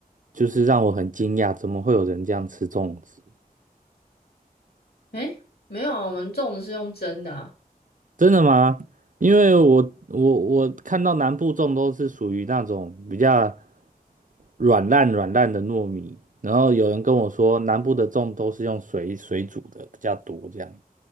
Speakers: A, on the right; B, on the left.
A: 就是让我很惊讶，怎么会有人这样吃粽子？
B: 哎，没有啊，我们粽子是用蒸的啊。
A: 真的吗？因为我我我看到南部粽都是属于那种比较软烂软烂的糯米，然后有人跟我说南部的粽都是用水水煮的比较多这样。